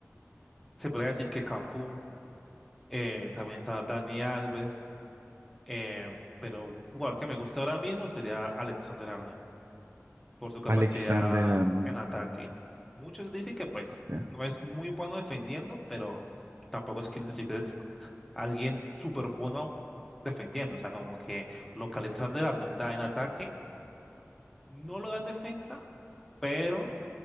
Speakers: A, in the centre; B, on the right.
A: se podría decir que Cafú, eh, también está Dani Alves, em, pero un jugador que me gusta ahora mismo sería Alexander Arnold, por su capacidad
B: Alexander Arm.
A: en ataque. Muchos dicen que pues
B: ya.
A: no es muy bueno defendiendo, pero tampoco es que necesites a alguien súper bueno defendiendo, o sea, como que lo que Alexander Arnold da en ataque No lo dan defensa, pero